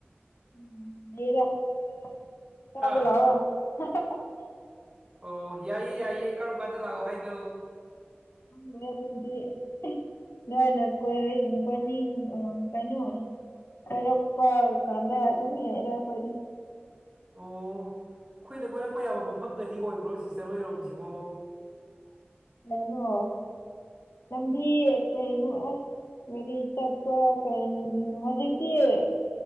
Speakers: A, on the left; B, on the right.
A: <unintelligible> ꯆꯥꯕ
B: ꯍꯥ
A: ꯂꯥꯛꯑꯣ <unintelligible>
B: ꯑꯣ ꯌꯥꯏꯌꯦ ꯌꯥꯏꯌꯦ ꯀꯔꯝ ꯀꯥꯟꯗ ꯂꯥꯛꯑꯣ ꯍꯥꯏꯅꯣ꯫
A: ꯈꯡꯗꯦ ꯑꯗꯨꯒꯤꯗꯤ <unintelligible> ꯅꯣꯏꯅ ꯀꯣꯏꯔꯤꯡ ꯀꯣꯏꯅꯤꯡ ꯑ ꯀꯩꯅꯣ_ _ ꯑꯣꯏꯔꯛꯄ ꯀꯥꯟꯗ ꯑꯗꯨꯝ ꯌꯥꯏꯗꯥ ꯑꯈꯣꯏꯗꯤ꯫
B: ꯑꯣ ꯈꯣꯏꯅ ꯀꯣꯏꯔꯛꯄ ꯌꯥꯕ ꯃꯐꯝꯒꯗꯤ ꯑꯣꯏꯕ꯭ꯔꯣ ꯁꯤꯁꯇꯔ ꯍꯣꯏꯔꯣꯝꯁꯤꯕꯣ꯫
A: ꯀꯩꯅꯣ ꯂꯝꯕꯤ ꯀꯩꯅꯣ ꯑꯁ_ _ ꯒꯔꯤ ꯆꯠꯄ <unintelligible> ꯍꯧꯖꯤꯛꯇꯤ_ _